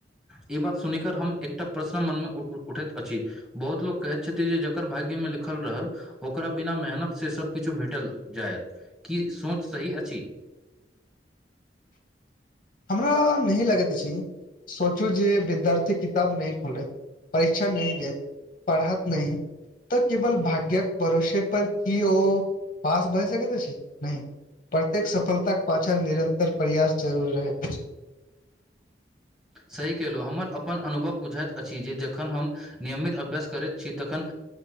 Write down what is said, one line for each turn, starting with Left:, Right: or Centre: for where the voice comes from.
Centre: ए बात सुनिक हम एकटा प्रश्न मनमे उठैत अछि बहुत लोक कहैत छथिन जे जकर भाग्य मे लिखल रहल। ओकरा बिना मेहनत सभ किछु भेटल जायत की सोच सही अछि
Left: हमरा नहि लगैत अछि। सोचो जे विद्यार्थी किताब नहि खोलैत परीक्षा नहि दे पढ़त नहि। तऽ केवल भाग्य्य कऽ भरोसे पर की ओ पास भए सकत अछि नहि प्रत्येक सफलताक पछाँ निरन्तर प्रयास जरूर रहत
Centre: सही केलहुँ हमर अपन अनुभव बुझाइ अछि जे जखन हम नियमित अभ्यास करैत छी तखन।